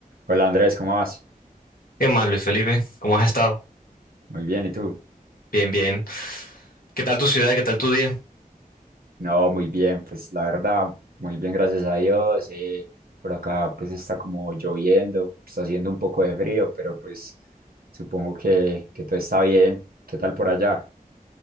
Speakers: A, on the right; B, on the left.
A: Hola Andrés, ¿cómo vas?
B: ¿Qué más, Luis Felipe? ¿Cómo has estado?
A: Muy bien, ¿y tú?
B: Bien, bien. ¿Qué tal tu ciudad? ¿Qué tal tu día?
A: No, muy bien, pues la verdad, muy bien, gracias a Dios. eh, por acá pues está como lloviendo, está haciendo un poco de frío, pero pues supongo que, que todo está bien. ¿Qué tal por allá?